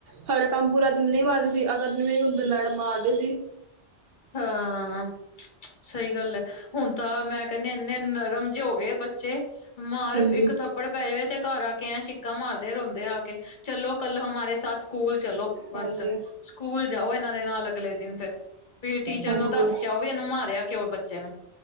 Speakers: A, on the right; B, on the left.
A: ਸਾਡਾ ਕੰਮ ਪੂਰਾ ਤੇ ਨਹੀਂ ਮਾਰਦੇ ਸੀ, ਅਗਰ ਨਹੀਂ ਹੁੰਦੀ ਮੈਡਮ ਮਾਰਦੇ ਸੀ।
B: ਹਾਂ, ਸਹੀ ਗੱਲ ਐ। ਹੁਣ ਤਾਂ ਮੈਂ ਕੈੰਣੀ ਇੰਨੇ ਨਰਮ ਜੇ ਹੋਗੇ ਬੱਚੇ ਮਾਰ
A: ਹਾਂਜੀ
B: ਇੱਕ ਥੱਪ ਪੜ ਪਰਾਈਵੇ ਤੇ ਘਰ ਆ ਕੇ ਐਂ ਚਿੱਕਾਂ ਮਾਰਦੇ ਰੋਂਦੇ ਆ ਕੇ। ਚਲੋ ਕੱਲ ਹਮਾਰੇ ਸਾਥ ਸਕੂਲ ਚਲੋ ਬਸ
A: ਹਾਂਜੀ,
B: ਸਕੂਲ ਜਾਓ ਐਨਾਂ ਦੇ ਨਾਲ ਅਗਲੇ ਦਿਨ ਫੇਰ। ਵੀ ਟੀਚਰ
A: ਹਾਂਜੀ,
B: ਨੂੰ ਦੱਸ ਕੇ ਆਓ, ਵੀ ਐਨੂੰ ਮਾਰਿਆ ਕਿਉ ਬੱਚੇ ਨੂੰ।